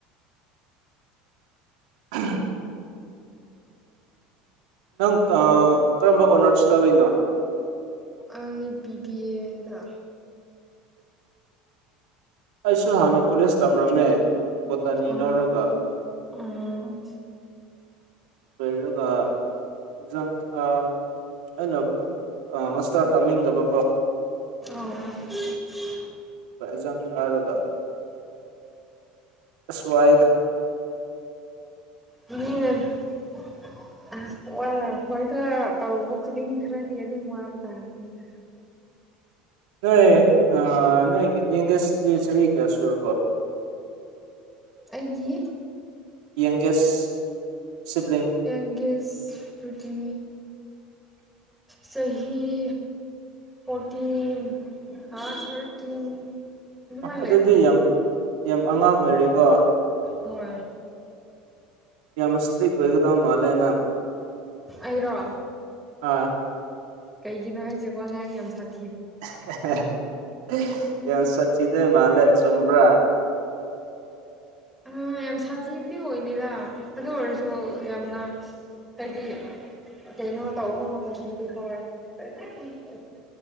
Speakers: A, on the right; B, in the centre.
A: <unintelligible> ꯅꯪ ꯑ ꯀꯔꯝꯕ ꯑꯣꯅꯔꯁ ꯂꯧꯔꯤꯅꯣ
B: ꯑꯩ ꯕꯤ ꯕꯤ ꯑꯦꯗ
A: ꯑꯩꯁꯨ ꯍꯥꯟꯅ ꯀꯣꯂꯦꯖ ꯇꯝꯂꯝꯃꯦ ꯚꯣꯇꯅꯤ
B: ꯑꯣ
A: ꯂꯧꯔꯒ
B: ꯎꯝ
A: ꯂꯩꯔꯒ ꯑꯦꯛꯖꯥꯝ ꯊꯥ ꯑꯩꯅ ꯑ ꯃꯥꯁꯇꯔ ꯇꯝꯅꯤꯡꯗꯕꯀꯣ
B: ꯑꯧ <unintelligible>
A: <unintelligible> ꯑꯦꯖꯥꯝ ꯊꯥꯔꯒ ꯑꯁ ꯋꯥꯏꯗ
B: ꯃꯤꯅ <unintelligible> ꯑꯁ ꯋꯥꯔ ꯍꯣꯏꯗ ꯇꯧꯕ ꯈꯨꯗꯤꯡ ꯈꯔꯗꯤ ꯑꯗꯨꯝ ꯋꯥꯕ ꯇꯥꯕꯅꯤꯗ
A: ꯅꯣꯏ ꯑ ꯅꯣꯏꯒꯤ ꯌꯡꯒꯦꯁꯗꯤ ꯆꯍꯤ ꯀꯌꯥ ꯁꯨꯔꯕ
B: ꯑꯩꯒꯤ
A: ꯌꯡꯒꯦꯁ ꯁꯤꯕ꯭ꯂꯤꯡ
B: ꯌꯪꯒꯦꯁ ꯇꯨꯗꯤ ꯆꯍꯤ ꯐꯣꯔꯇꯤꯟ ꯑꯥ ꯊꯥꯔꯇꯤꯟ ꯑꯗꯨꯃꯥꯏꯅ
A: ꯑꯗꯨꯗꯤ
B: ꯂꯩꯔꯝꯅꯤ
A: ꯌꯥꯝ ꯌꯥꯝ ꯑꯉꯥꯡ ꯑꯣꯏꯔꯤꯀꯣ
B: ꯍꯣꯏ
A: ꯌꯥꯝꯅ ꯁꯇ꯭ꯔꯤꯛ ꯑꯣꯏꯒꯗꯕ ꯃꯥꯜꯂꯦ ꯅꯪ
B: ꯑꯩꯔꯣ
A: ꯑꯥ
B: ꯀꯩꯒꯤꯅꯣ ꯍꯥꯏꯖꯦ ꯋꯉꯥꯡ ꯌꯥꯝ ꯁꯥꯠ
A: <unintelligible> ꯌꯥꯝ ꯁꯥꯊꯤꯗꫭꯏ ꯃꯥꯜꯂꯦ ꯆꯨꯝꯕ꯭ꯔ
B: ꯍꫭꯏ ꯌꯥꯝ ꯁꯥꯊꯤꯕꯗꯤ ꯑꯣꯏꯗꯦꯗ ꯑꯗꯨ ꯑꯣꯏꯔꯁꯨ ꯌꯥꯝꯅ ꯍꯥꯏꯗꯤ ꯀꯩꯅꯣ ꯇꯧꯕ ꯃꯇꯝꯗꯗꯤ ꯍꯣꯏ <unintelligible> <inaudible>